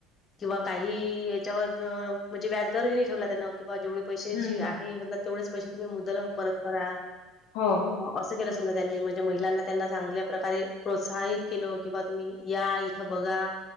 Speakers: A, on the left; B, on the left.
A: किंवा काही याच्यावर म्हणजे व्याजदर नाही ठेवला त्यांना किंवा जेवढे पैसे
B: हम्म
A: जे आहे तेवढेच पैसे तुम्ही मुदल परत करा
B: हो हो.
A: असं केलं समजा त्यांनी म्हणजे महिलांना त्यांना चांगल्या प्रकारे प्रोत्साहित केलं कि बा तुम्ही या. बघा